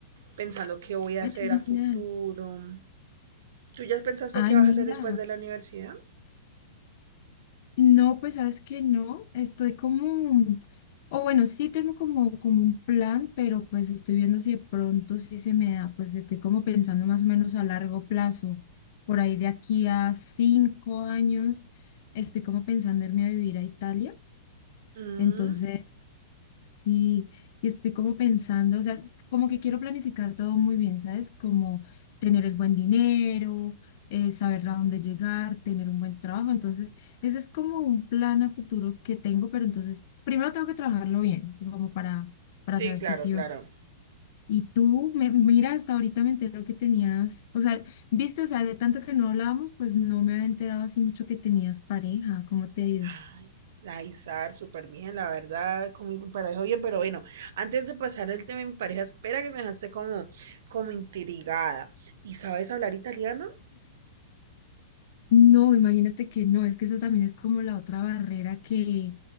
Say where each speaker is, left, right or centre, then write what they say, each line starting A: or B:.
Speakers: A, on the right; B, on the left.
A: pensando qué voy a
B: Ay,
A: hacer
B: qué genial.
A: a futuro. ¿Tú ya pensaste
B: Ay,
A: qué vas
B: mira.
A: a hacer después de la universidad?
B: No, pues sabes que no, estoy como, o bueno, sí tengo como, como un plan, pero pues estoy viendo si de pronto sí se me da, pues estoy como pensando más o menos a largo plazo, por ahí de aquí a cinco años, estoy como pensando irme a vivir a Italia,
A: Mm,
B: entonces. Sí, y estoy como pensando, o sea, como que quiero planificar todo muy bien, ¿sabes? Como tener el buen dinero, eh, saber a dónde llegar, tener un buen trabajo. Entonces, ese es como un plan a futuro que tengo, pero entonces primero tengo que trabajarlo bien, como para, para
A: Sí,
B: saber
A: claro,
B: si sí
A: claro.
B: o no. Y tú, me, mira, hasta ahorita me entero que tenías, o sea, viste, o sea, de tanto que no hablábamos, pues no me había enterado así mucho que tenías pareja, ¿cómo te ha ido?
A: Ay, ay, Sar, súper bien, la verdad, con mi pareja bien, pero bueno, antes de pasar el tema de mi pareja, espera que me dejaste como, como intrigada. ¿Y sabes hablar italiano?
B: No, imagínate que no, es que esa también es como la otra barrera que,